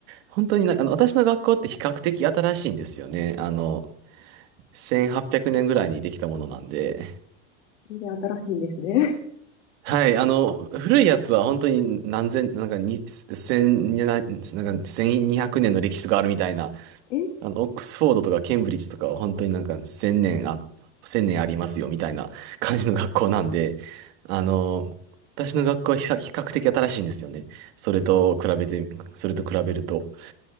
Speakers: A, on the right; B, on the left.
A: 本当になあの、私の学校って比較的新しいんですよね。あの、1800年ぐらいにできたものなんで、
B: 全然新しいんですね。
A: はい、あの、古いやつは本当に何千、なんかに、千、ななんか1200年の歴史があるみたいな
B: <laughs> え、
A: あの、オックスフォードとかケンブリッジとかは本当になんか千年あ、千年ありますよみたいな <laughs> 感じの学校なんで、あの、私の学校は比較比較的新しいんですよね。それと比べて、それと比べると。